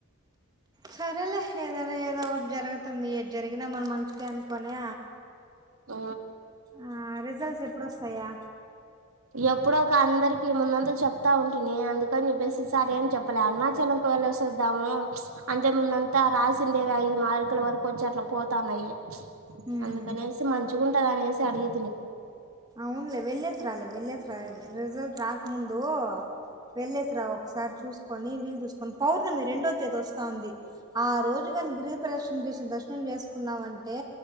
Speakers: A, on the right; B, on the right.
A: సరేలే ఏదైనా ఏదో ఒకటి జరుగుతుంది ఏది జరిగినా మన మంచిగా అనుకునే
B: ఆ
A: ఆ రిజల్ట్స్ ఎప్పుడుొస్తాయా
B: ఎప్పుడుో ఒక అందరికి ఉన్న అంత చెప్తా ఉంటంది అందుకని చెప్పేసి సరేం చెప్పలే అరుణాచలంకి వెళ్ళ వద్దాము అంతే ముందంతా రాసిండేవి ఐదు మార్కుల వరకు వచ్చి అట్లా పోతాన్నాయి
A: హ్మ్
B: అందుకనేసి ము చూండగానయసి అడిగ
A: అవునులే వెళ్లేేసి రాలే వెళ్లేేసరాల రిజల్ట్ రాకముందు వెళ్లేస రా ఒకసారి చూసు కని వీళ్లుు చూసుకొని పౌర్ణమి రెండో తేదీ వస్తాంది ఆ రోజుగాని గిరి ప్రదర్ిన చే దర్శనం చేసుకున్నాంంటే